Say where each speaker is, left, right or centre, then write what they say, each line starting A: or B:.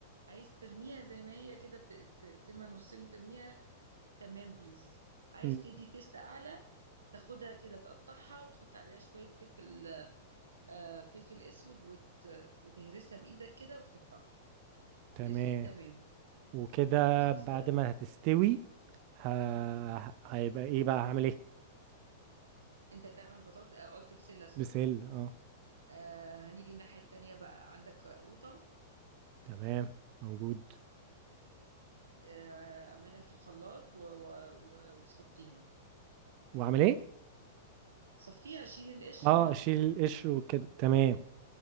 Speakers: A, on the right; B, on the right.
A: عايز ترميها زي ما هي كده ت- تقسمها نصين وترميها تمام بيس عايز
B: مم.
A: تدي تيست اعلى تاخدها كده تقطعها وتحط عليها شويه فلفل آه فلفل اسود وت... وتهرسها بايدك كده وتحطها
B: تمام
A: الاثنين تمام
B: وكده
A: خلاص
B: بعد
A: كده
B: ما هتستوي ه... هيبقى ايه بقى هعمل ايه
A: انت تعمل بطاطا آه، قلت بسله سوري
B: بسل اه
A: آه هنيجي الناحيه التانيه بقى عندك آه، قوطه
B: تمام موجود
A: آه اعملها في الخلاط و- و- و- وصفيها
B: واعمل ايه
A: صفيها شيل القشر
B: اه
A: منها
B: اشيل القشر وكده تمام